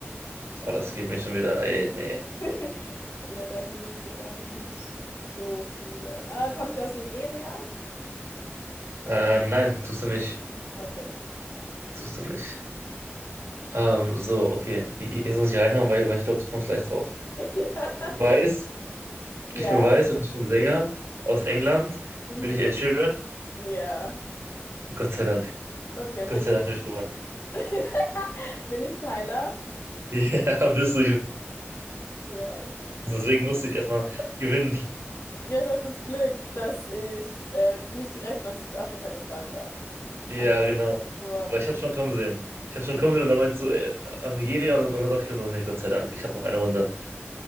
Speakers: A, on the right (about 70°); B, on the left (about 80°).
A: Oh, das geht mich schon wieder. Ey, nee.
B: <laughs> Ja, dann gibt es ja gar nicht mehr so viele. Ah, komme ich aus Nigeria?
A: Äh, nein, tust du nicht.
B: Okay.
A: Tust du nicht. Ähm, so, okay. I- i- Jetzt muss ich reinhauen, weil, weil ich glaube, du kommst gleich drauf.
B: <laughs> Ja.
A: Weiß.
B: Ja.
A: Ich bin weiß und ich bin Sänger aus England.
B: Mhm.
A: Bin ich Ed Sheeran?
B: Ja.
A: Gott sei Dank.
B: Okay,
A: Gott
B: bin
A: sei
B: ich.
A: Dank habe ich gewonnen.
B: <laughs> Bin ich Tyler?
A: <laughs> Ja, bist du. Ich,
B: Ja.
A: deswegen musste ich erstmal gewinnen.
B: Ja, du hattest Glück, dass ich äh, nicht direkt nach Südafrika gefragt habe.
A: Ja,
B: Ansonsten
A: genau.
B: gewonnen.
A: Weil ich habe schon kommen sehen. Ich habe schon kommen sehen und dann meinst du äh, am Nigeria und, und dann dachte ich mir so, nee, Gott sei Dank, ich habe noch eine Runde.